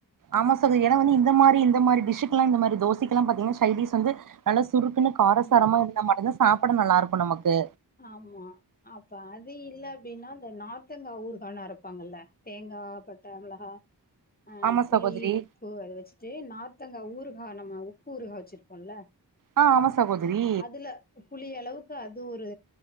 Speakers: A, on the right; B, on the left.
A: ஆமா சகோதரி ஏனா வந்து இந்த மாரி இந்த மாரி டிஷ்க்குலா இந்த மாரி தோசைக்கெலா பாத்தீங்கன்னா சைடிஷ் வந்து நல்ல சுருக்குன்னு காரசாரமா
B: ஆமா
A: இருந்தா மட்டுந்தா சாப்புட நல்லா இருக்கு நமக்கு
B: ஆமா அப்ப அது இல்ல அப்டின்னா இந்த நாத்தங்காய் ஊர்கானு அரப்பாங்கல்ல தேங்கா பட்ட மிளகா ஆ
A: ஆமா
B: புளி
A: சகோதரி
B: உப்பு அத வச்சுட்டு நார்தங்கா ஊறுகா நம்ம உப்பு ஊருகா வச்சிருப்போல்ல
A: ஆ ஆமா ஸ் சகோதரி
B: அதுல புளி அளவுக்கு அது ஒரு